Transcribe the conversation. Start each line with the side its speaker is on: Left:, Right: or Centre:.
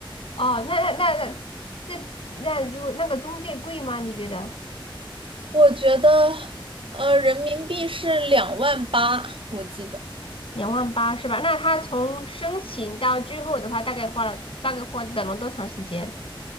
Left: 哦，那那那那这那如果那个中介贵吗？你觉得
Right: 我觉得，呃，人民币是两万八，我记得。
Left: 两万八是吧？那他从申请到最后的话，大概花了大概花等了多长时间？